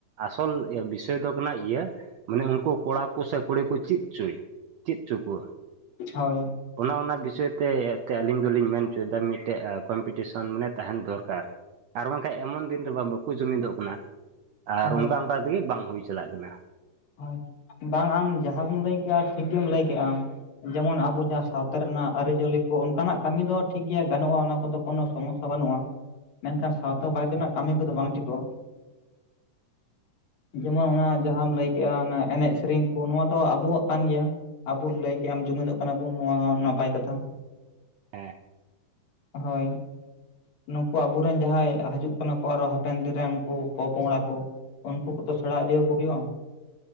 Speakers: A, on the right (about 75°); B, on the left (about 80°).
A: ᱟᱥᱚᱞ ᱮ ᱵᱤᱥᱚᱭ ᱫᱚ ᱠᱟᱱᱟ ᱤᱭᱟᱹ ᱢᱟᱱᱮ, ᱩᱱᱠᱩ ᱠᱚᱲᱟ ᱠᱩ ᱥᱮ ᱠᱩᱲᱤ ᱠᱩ ᱪᱮᱫ ᱪᱩᱭ ᱪᱮᱫ ᱪᱳᱠᱳ᱾
B: ᱦᱳᱭ
A: ᱚᱱᱟ ᱚᱱᱟ ᱵᱤᱥᱚᱭ ᱛᱮ ᱛᱮ ᱟᱹᱞᱤᱧ ᱫᱚᱞᱤᱧ ᱢᱮᱱ ᱪᱚᱭ ᱫᱟ, ᱢᱤᱫᱴᱮᱡ ᱠᱚᱢᱯᱤᱴᱤᱥᱚᱱ ᱢᱟᱱᱮ ᱛᱟᱦᱮᱱ ᱫᱚᱨᱠᱟᱨ᱾ ᱟᱨ ᱵᱟᱝᱠᱷᱟᱡ <unintelligible> ᱮᱢᱚᱱ ᱫᱤᱱ ᱵᱟᱝ ᱵᱟᱠᱚ ᱡᱩᱢᱤᱫᱚᱜ ᱠᱟᱱᱟ ᱟᱨ
B: ᱦᱳᱭ
A: ᱚᱱᱠᱟ ᱚᱱᱠᱟ ᱛᱮᱜᱮ ᱵᱟᱝ ᱦᱩᱭ ᱪᱟᱞᱟᱜ ᱠᱟᱱᱟ,
B: ᱦᱳᱭ, ᱵᱟᱝ ᱟᱢ ᱡᱟᱦᱟᱸ ᱠᱚᱢ ᱞᱟᱹᱭ ᱠᱮᱫᱼᱟ ᱴᱷᱤᱠ ᱜᱮᱢ ᱞᱟᱹᱭ ᱠᱮᱜᱼᱟᱢ᱾ ᱡᱮᱢᱚᱱ ᱟᱵᱚ ᱡᱟ ᱥᱟᱣᱛᱟ ᱨᱮᱱᱟᱜ ᱟᱹᱨᱤ-ᱪᱟᱞᱞᱤ ᱠᱚ ᱚᱱᱠᱟᱱᱟᱜ ᱠᱟᱹᱢᱤ ᱫᱚ ᱴᱷᱤᱠᱜᱮᱭᱟ ᱜᱟᱱᱚᱜᱼᱟ, ᱚᱱᱟ ᱠᱚᱫᱚ ᱠᱳᱱᱳ ᱥᱚᱢᱚᱥᱥᱟ ᱵᱟᱹᱱᱩᱜᱼᱟ, ᱢᱮᱱᱠᱷᱟᱱ, ᱥᱟᱣᱛᱟ ᱵᱟᱭ ᱛᱮᱱᱟᱜ ᱠᱟᱹᱢᱤ ᱠᱚᱫᱚ ᱵᱟᱝ ᱴᱷᱤᱠᱚᱜᱼᱟ, ᱡᱮᱢᱚᱱ - ᱚᱱᱟ ᱡᱟᱦᱟᱸᱢ ᱞᱟᱹᱭ ᱠᱮᱜᱼᱟ, ᱚᱱᱟ ᱮᱱᱮᱡ ᱥᱮᱨᱮᱧ ᱠᱚ ᱱᱚᱣᱟ ᱫᱚ ᱟᱵᱚᱣᱟᱜ ᱠᱟᱱ ᱜᱮᱭᱟ᱾ ᱟᱵᱚ ᱞᱟᱹᱭ ᱠᱮᱜ ᱟᱢ ᱡᱩᱢᱤᱫᱚᱜ ᱠᱟᱱᱟ ᱵᱚᱱ, ᱱᱚᱣᱟ ᱦᱚᱸ ᱱᱟᱯᱟᱭ ᱠᱟᱛᱷᱟ᱾
A: ᱮᱸ,
B: ᱦᱳᱭ, ᱱᱩᱠᱩ ᱟᱵᱚᱨᱮᱱ ᱡᱟᱦᱟᱸᱭ ᱦᱟᱡᱩᱜ- -ᱠᱟᱱᱟ ᱠᱚ ᱟᱨᱚ ᱦᱟᱯᱮᱱ ᱫᱤᱱ ᱨᱮᱱ ᱩᱱᱠᱩ ᱯᱚᱼᱯᱚᱝᱲᱟ ᱠᱚ, ᱩᱱᱠᱩ ᱠᱚᱛᱚ ᱥᱮᱬᱟ ᱤᱫᱤᱭᱟᱠᱚ ᱦᱩᱭᱩᱜᱼᱟ᱾ <inaudible>